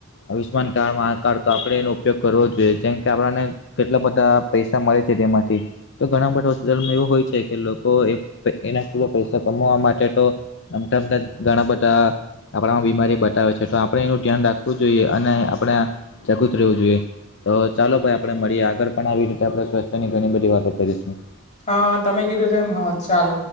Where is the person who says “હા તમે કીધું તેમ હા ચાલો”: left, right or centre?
Left